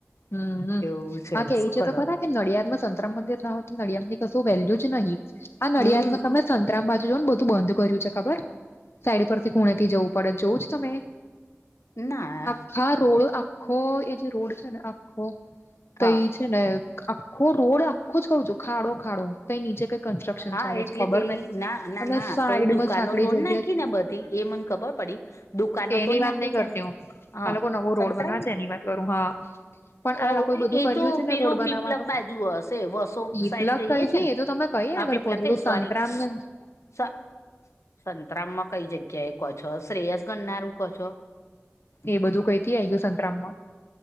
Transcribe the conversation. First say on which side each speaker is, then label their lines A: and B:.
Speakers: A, on the left; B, on the left.
A: હમ
B: એવું
A: બાકી
B: શું
A: એ છે
B: કરવા
A: તો ખા નડિયાદમાં સંતરામ મંદિર ના હોય તો નડિયાદ ની કશું વેલ્યુ જ નહીિ આ નડિયાદમાં
B: હમ
A: તમે સંતરામ બાજુ જો ને બધું બંધ કર્યું છે ખબર સાઈડ પરથી ખુણે થી જવું પડે જોવું જ તમે
B: ના
A: હા રોડ આખો એ જે રોડ છે ને આખો તઈ
B: હા
A: જ ને આખો રોડ આખો જ કઉ છું ખાડો ખાડો કઈ નીચે કઈ કન્સ્ટ્રક્શન
B: હા
A: ચાલે
B: એટલે
A: છે ખબર
B: પેલી
A: નહ
B: ના ના
A: અને
B: ના
A: સાઈડ
B: પેલી દુકાનો
A: સાંકળ
B: તોડ
A: જગ્યા
B: નાખી
A: જ
B: ને બધી એ મને ખબર પડી દુકાનો
A: એની
B: તોડ
A: વાત
B: નાખી
A: નઈ કરતી
B: છે ને
A: હ
B: હા
A: આ લોકો નવો
B: સંતરામ
A: રોડ બનાવે છે એની વાત કરું હા પણ આ
B: ઓ
A: લોકોએ બધું
B: એ
A: કર્યું
B: તો
A: છે ને
B: પેલું
A: રોડ બનાવવાનું
B: પીપલક બાજુ હશે વસો
A: પીપલગ
B: સાઈડ જઈએ
A: કઈથી
B: છે ને
A: એ તો તમે કઈ આગળ
B: આપ પીપ
A: પહોંચી
B: લ કઈ
A: ગયું સંતરામ
B: સરી
A: ને
B: સ સંતરામમાં કઈ જગ્યા એ કહો છો શ્રેયસ ગનનારું કહો છો
A: એ બધું કઈ થી આ ગયું સંતરામ માં